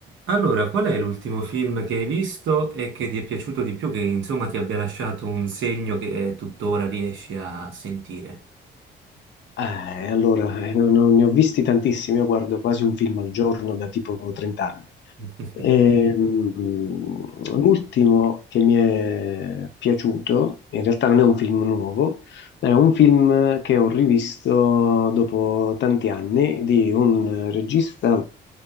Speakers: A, on the right; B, on the left.
A: Allora, qual è l'ultimo film che hai visto e che ti è piaciuto di più, che insomma ti abbia lasciato un segno che tuttora riesci a sentire?
B: Eh, allora, eh, non, non ne ho visti tantissimi, io guardo quasi un film al giorno da tipo 30 anni.
A: <laughs>
B: Ehm, l'ultimo che mi è piaciuto, in realtà non è un film nuovo, è un film che ho rivisto dopo tanti anni di un regista